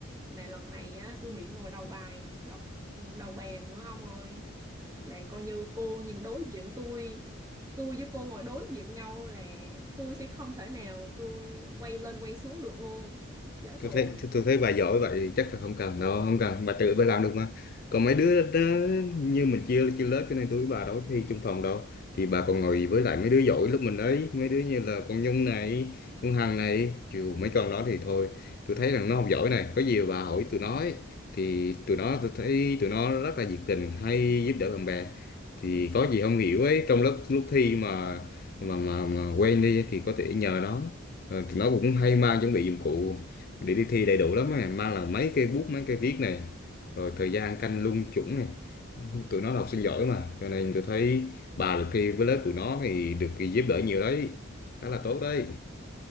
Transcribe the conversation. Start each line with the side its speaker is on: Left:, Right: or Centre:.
Right: mà lần này á tôi bị ngồi đầu bài đầu đầu bàn nữa ông ơi là coi như cô nhìn đối diện tôi tôi với cô ngồi đối diện nhau là tôi sẽ không thể nào tôi quay lên quay xuống được luôn chết
Left: tôi
Right: rồi
Left: thấy tôi, tôi thấy bà giỏi vậy thì chắc là không cần đâu không cần bà tự bà làm được mà còn mấy đứa đó, như mình chia chia lớp cho nên tôi với bà đâu có thi chung phòng đâu thì bà còn ngồi với lại mấy đứa giỏi lúc mình đấy mấy đứa như là con Nhung này con Hằng này chiều mấy con đó thì thôi tôi thấy rằng nó không giỏi này có gì mà bà hỏi tụi nó ấy. thì tụi nó tôi thấy tụi nó rất là nhiệt tình hay giúp đỡ bạn bè thì có gì không hiểu ấy trong lớp lúc thi mà mà mà, mà quên đi thì có thể nhờ nó Ờ, tụi nó cũng hay mang chuẩn bị dụng cụ để đi thi đầy đủ lắm á mang là mấy cái bút mấy cái viết này rồi thời gian canh lung chủng này tụi nó là học sinh giỏi mà cho nên tôi thấy bà được thi với lớp tụi nó thì được giúp đỡ nhiều đấy khá là tốt đấy